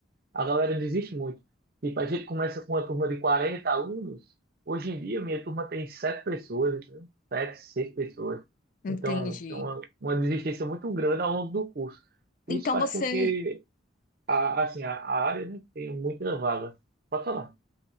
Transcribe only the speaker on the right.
A galera desiste muito. Tipo, a gente começa com uma turma de 40 alunos, hoje em dia minha turma tem sete pessoas, entendeu? Sete, seis pessoas.
Então, tem uma, uma desistência muito grande ao longo do curso. Isso
faz
com que A, assim, a, a área, né, tem muita vaga. Pode falar.